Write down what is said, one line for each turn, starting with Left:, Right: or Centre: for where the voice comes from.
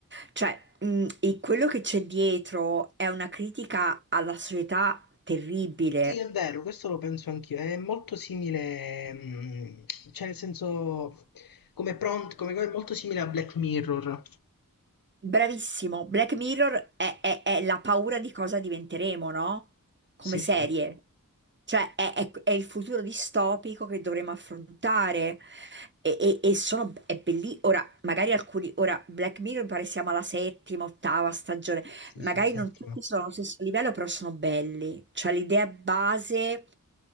Right: Cioè, mh, e quello che c'è dietro è una critica alla società terribile.
Left: Sì, è vero, questo lo penso anch'io, è molto simile, mm, cioè nel senso, come prompt, come cosa, è molto simile a Black Mirror.
Right: Bravissimo, Black Mirror è, è- è la paura di cosa diventeremo, no? Come
Left: Sì,
Right: serie.
Left: sì,
Right: Cioè, è, è- è il futuro distopico che dovremo affrontare. E, e- e sono, è bellissimo. Ora, magari alcuni, ora, Black Mirror mi pare siamo alla settima, ottava stagione.
Left: sì,
Right: Magari
Left: sì, settima.
Right: non tutti sono allo stesso livello, però sono belli. Cioè, l'idea base